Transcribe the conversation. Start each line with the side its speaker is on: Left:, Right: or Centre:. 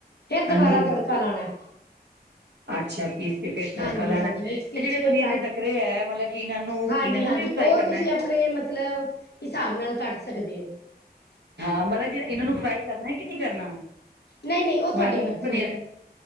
Left: ਫੇਰ
Right: ਹਾਂਜੀ
Left: ਦੁਬਾਰਾ ਤੜਕਾ ਲਾਣਾ।
Right: <inaudible> ਅੱਛਾ ਪੀਸ ਕੇ ਫਿਰ ਤੜਕਾ
Left: ਹਾਂਜੀ-ਹਾਂਜੀ
Right: ਲਾਣਾ ਤੇ
Left: ਮਿਕਸੀ
Right: ਜਿਹੜੇ
Left: ਚ
Right: ਪਨੀਰ
Left: ਕਰ
Right: ਦੇ ਡੱਕਰੇ ਐ ਮਤਲਬ ਕਿ ਇਹਨਾਂ ਨੂੰ
Left: ਹਾਂਜੀ-ਹਾਂਜੀ
Right: ਇਹਨਾਂ ਨੂੰ ਵੀ ਫਰਾਈ
Left: ਉਹ
Right: ਕਰਨਾ
Left: ਤੁਸੀਂ
Right: ਹੈ
Left: ਆਪਣੇ ਮਤਲਬ, ਹਿਸਾਬ ਨਾਲ ਕੱਟ ਸਕਦੇ ਔ।
Right: ਹਾਂ ਮਤਲਬ ਜੇ ਇਹਨਾਂ ਨੂੰ ਫਰਾਈ ਕਰਨਾ ਕਿ ਨਈ ਕਰਨਾ
Left: ਨਹੀਂ-ਨਹੀਂ ਉਹ ਤੁਹਾਡੀ
Right: ਮਤਲਬ
Left: ਮਰਜ਼ੀ
Right: ਪਨੀਰ
Left: ਏ